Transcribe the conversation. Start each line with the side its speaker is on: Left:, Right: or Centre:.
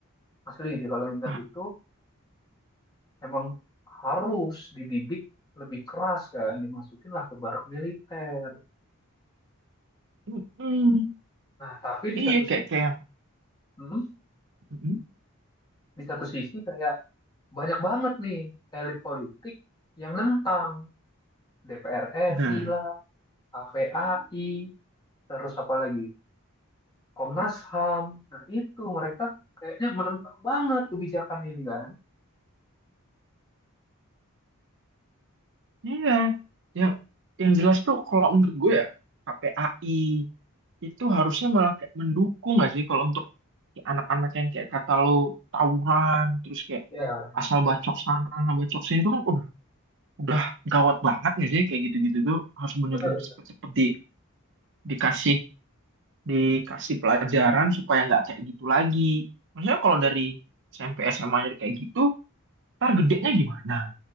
Left: asli sih kalau ngingat
Right: ah,
Left: itu emang harus dididik lebih keras kan dimasukin lah ke barak militer
Right: mm-mm.
Left: nah tapi di
Right: Iya
Left: satu
Right: kayak
Left: sisi
Right: kayak yang,
Left: hmm,
Right: mm-mm.
Left: di satu sisi kayak banyak banget nih elit politik yang nentang DPR
Right: Nah,
Left: RI lah KPAI terus apa lagi Komnas HAM. Nah, itu mereka kayaknya menentang banget kebijakan ini kan.
Right: Iya, yang yang jelas tuh kalau menurut gue ya KPAI itu harusnya malah kayak mendukung nggak sih kalau untuk kayak anak-anak yang kayak kata lo tawuran terus kayak
Left: Ya,
Right: asal bacok sana bacok sini itu kan udah udah gawat banget nggak sih kayak gitu-gitu tuh harus bener-bener
Left: benar benar.
Right: cepet-cepet di, dikasih dikasih pelajaran supaya nggak kayak gitu lagi. Maksudnya kalau dari SMP SMA kayak gitu, ntar gedenya gimana?